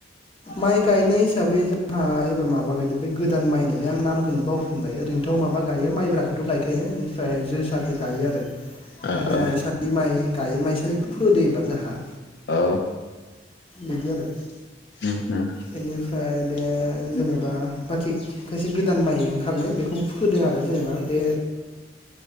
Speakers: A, on the left (about 30°); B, on the left (about 70°).
A: माइ गायनाय हिसाबै जोंहा एबार माबा गायदों बे गोदान माइनोलोय आं नामखौनो बावफिनबाय ओरैनोथ' माबा गायो माइब्राखौथ' गायखायो ओमफ्राय जोसाखो गायो आरो। ओमफ्राय
B: ओ ओ
A: माइसा माइ गायो माइसालिखौ फोदो एबार जाहा
B: औ
A: बिदि आरो
B: <unintelligible>
A: बेनिफ्राय
B: <inaudible>
A: बे जेनेबा खायसे गोदान माइ ओंखारनाय बेखौ फोदों आरो जेनेबा बे